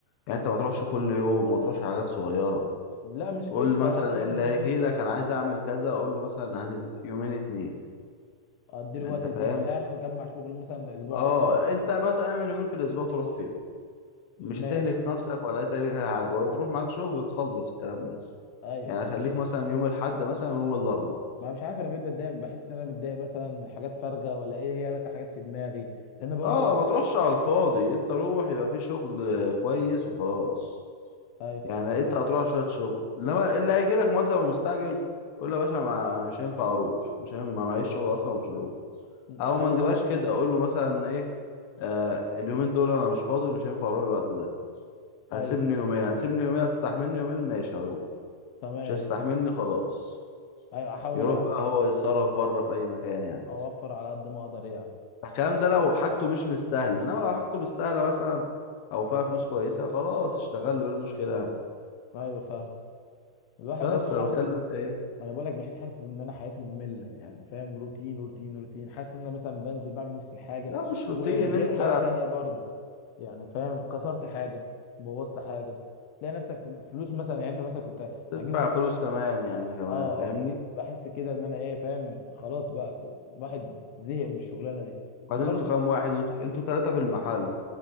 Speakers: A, on the left; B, on the left.
A: يعني انت ما تروحش كل يوم وما تروحش على حاجات صغيره
B: لا مش
A: قول
B: قصه
A: مثلا
B: يعني برضو
A: اللي هيجي
B: ايه
A: لك انا عايز اعمل كذا اقول له مثلا هت- يومين اتنين
B: ادي له
A: انت
B: وقت
A: فاهم
B: زياده يعني واجمع شغل مثلا اسبوع
A: اه
B: على بعض
A: انت مثلا اعمل يومين في الاسبوع تروح فيهم مش
B: ماشي
A: هتهلك نفسك ولا هتهلك أي حاجه ولا تروح معاك شغل تخلص الكلام ده
B: ايوه
A: يعني خليك مثلا يوم الاحد مثلا ويوم الاربع
B: ما مش عارف انا بقيت بتضايق بحس ان انا متضايق مثلا من حاجات فارغه ولا ايه هي بس حاجات في دماغي لان برضو
A: اه ما تروحش على الفاضي انت روح يبقى في شغل كويس وخلاص
B: ايوه
A: يعني انت هتروح شويه شغل انما اللي هيجي لك مثلا ومستعجل قول له يا باشا ما- مش هينفع اروح مش هينفع ما معيش شغل اصلا ومش هروح
B: اخليها
A: او ما تجيبهاش كده اقول له مثلا ايه آه اليومين دول انا مش فاضي ومش هينفع اروح الوقت ده هتسيبني
B: ايوه
A: يومين هتسيبني يومين هتستحملني يومين ماشي هروح
B: تمام
A: مش هتستحملني خلاص
B: ايوه احاول
A: يروح
B: ان انا
A: بقى هو يتصرف بره في اي مكان يعني
B: اوفر على قد ما اقدر يعني
A: الكلام ده لو حاجته مش مستاهله انما لو حاجته مستاهله مثلا او فيها فلوس كويسه خلاص اشتغل له ايه المشكله
B: ايوه فاهم الواحد
A: بس
B: برضه حاسس
A: انا بتكلم
B: ان
A: في ايه
B: ما انا بقول لك بحيث حاسس ان انا حياتي ممله يعني فاهم روتين روتين روتين حاسس ان انا مثلا بنزل بعمل نفس الحاجه
A: لا مش روتين
B: وغير
A: انت
B: حاجه تانية برضه يعني فاهم كسرت حاجه بوظت حاجه تلاقي نفسك فل- فلوس مثلا يعني انت مثلا كنت
A: تدفع
B: هجيب خمسة
A: فلوس كمان
B: جنيه.
A: يعني كمان
B: اه
A: فاهمني
B: اه بحس كده ان انا ايه فاهم خلاص بقى كو- الواحد زهق من الشغلانه دي وبرضه
A: بعدين انتوا كام واحد انتوا انتوا ثلاثه في المحل